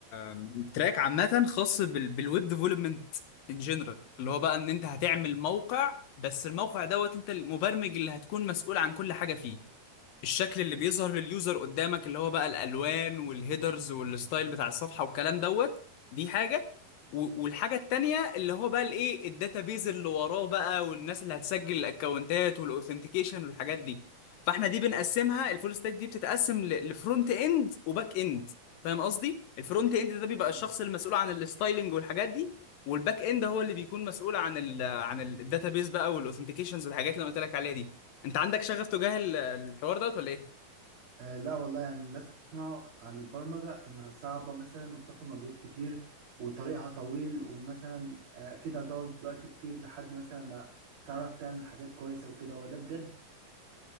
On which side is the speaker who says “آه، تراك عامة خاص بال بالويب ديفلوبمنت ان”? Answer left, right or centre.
Left